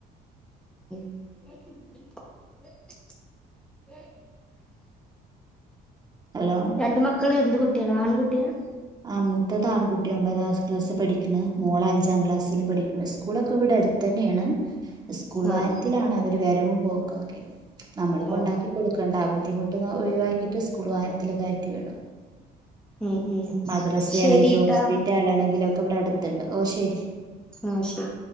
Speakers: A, in the centre; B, on the right (about 25°).
A: <unintelligible>
B: ഹലോ
A: രണ്ട് മക്കള് എന്ത് കുട്ടികള ആൺകുട്ട് യാ
B: ആ മൂത്തതാണ് കുട്ടി ഒമ്പതാം ക്ലാസ് പഠിക്കണ് മോള് അഞ്ചാം ക്ലാസ്സിലും പഠിക്കണ് സ്കൂള ക്കെ ഇവടെ അടുത്തന്നെണ് സ്കൂൾ
A: ആ
B: വാഹനത്തിലാണ്
A: ആ
B: അവര് വരവും പോക്കൊക്കെ നമ്മള് കൊണ്ടാക്കി
A: ഓ
B: കൊടുക്കണ്ട ആ ബുദ്ധിമുട്ട് ഒഴിവാക്കിട്ട് സ്കൂൾ വാഹനത്തി ത്തില് കയറ്റി വിടും
A: ഉം ഉം
B: മദ്രസയാണെങ്കിലും
A: ശരിട്ടാ
B: ഹോസ്പിറ്റാലാണെങ്കിലു ഒക് ക്കെ ഇവടെ അട്ത്ത്ണ്ട് ഓ ശരി
A: ആഹ് ശരി